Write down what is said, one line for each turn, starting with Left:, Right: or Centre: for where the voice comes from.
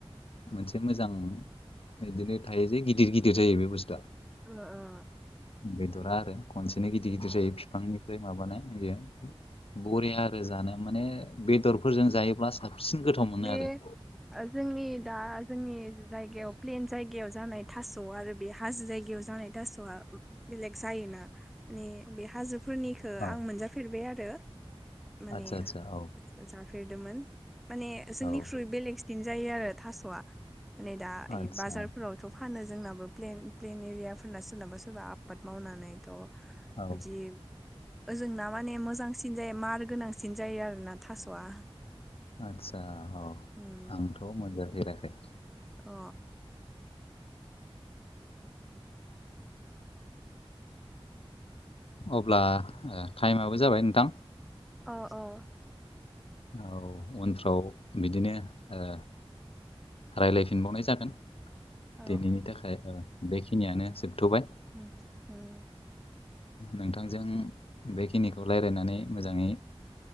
Left: मोनसे मोजां बिदिनो थायो जे गिदिर गिदिर जायो बे बुस्थुआ
Centre: औ ओ
Left: बेदरा आरो खनसेनो गिदिर गिदिर
Centre: उम
Left: जायो फिफांनिफ्राय माबानाय बेयो बरिया आरो जानो माने बेदरफोरजों जायोब्ला साबसिन गोथाव मोनो
Centre: बे
Left: आरो
Centre: जोंनि दा जोंनि जायगायाव प्लेन जायगायाव जानाय थास' आरो बे हाजो जायगायाव जानाय थास'आ बेलेग जायोना माने बे हाजो फोरनिखौ
Left: औ
Centre: आं मोनजाफेरबाय आरो माने
Left: आदसा आदसा औ
Centre: जाफेरदोमोन माने जोंनिख्रुइ
Left: औ
Centre: बेलेगसि दिन जायो आरो थास'आ मानेओ दा
Left: आदसा
Centre: ओइ बाजारफोरावथ' फानो जोंनाबो ओ प्लेन प्लेन एरियाफोरना सोरनाबा सोरबा आबाद मावनानैथ'
Left: औ
Centre: बिदि ओजोंना माने मोजांसिन जायो मार गोनांसिन जायो आरो ना थास'आ
Left: आदसा अ
Centre: उम
Left: आंथ' मोनजाफेराखै
Centre: अ
Left: अब्ला टाइमाबो जाबाय नोंथां।
Centre: अ अ
Left: औ उनफ्राव बिदिनो ओ रायलायफिनबावनाय जागोन
Centre: औ
Left: दिनैनि थाखाय बेखिनियानो जोबथ'बाय।
Centre: <unintelligible>
Left: नोंथांजों बेखिनिखौ रायज्लायनानै मोजाङैनो